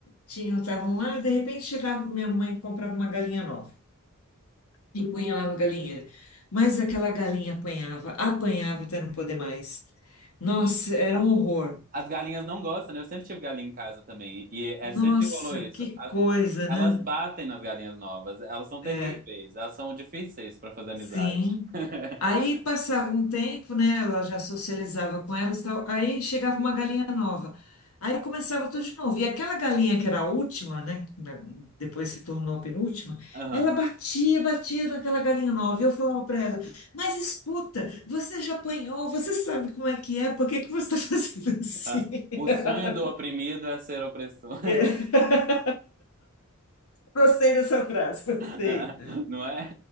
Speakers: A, on the left; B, on the right.
A: tinham, estavam lá, e de repente chegava minha mãe e comprava uma galinha nova e punha lá no galinheiro. Mas aquela galinha apanhava, apanhava até não poder mais. Nossa, era
B: A-
A: um horror.
B: As galinhas não gostam, né? Eu sempre tive galinha em casa também. E é
A: Nossa,
B: sempre rolou isso.
A: que
B: A-
A: coisa, né?
B: Elas batem nas galinhas novas. Elas são terríveis.
A: É.
B: Elas são difíceis para fazer amizade.
A: Sim.
B: <laughs>
A: Aí passava um tempo, né? Ela já socializava com elas e tal. Aí chegava uma galinha nova. Aí começava tudo de novo. E aquela galinha que era a última, né? Depois se tornou a penúltima.
B: Aham.
A: Ela batia, batia naquela galinha nova. E eu falava para ela: Mas escuta, você já apanhou, você sabe como é que é, por que que você está fazendo assim?
B: Ah,
A: <laughs>
B: O sonho do oprimido é ser opressor.
A: É. Gostei dessa frase, gostei.
B: <laughs> Não é?